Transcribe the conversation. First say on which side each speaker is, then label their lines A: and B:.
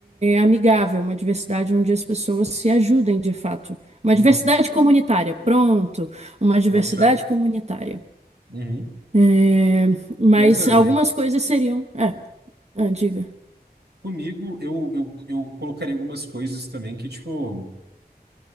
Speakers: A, on the right; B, on the right.
A: amigável, uma diversidade onde as pessoas se ajudem de fato, uma
B: Uhum.
A: diversidade comunitária, pronto, uma diversidade
B: Boto fé.
A: comunitária.
B: Uhum.
A: É, mas
B: Mas é, velho.
A: algumas coisas seriam. É, ah, diga.
B: Comigo, eu, eu, eu colocaria algumas coisas também que, tipo.